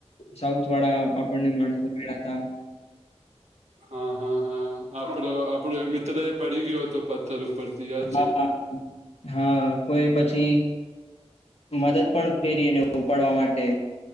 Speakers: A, on the left (about 65°); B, on the right (about 80°).
A: સાઉથ વાળા આપણને માણસો મેળા તા.
B: હા, હા હા. આપણો-આપણો એ મિત્ર એ પડી ગયો હતો પથ્થર ઉપરથી. યાદ
A: હા
B: છે?
A: હા કોઈએ પછી મદદ પણ કઈરી એને ઉપાડવા માટે.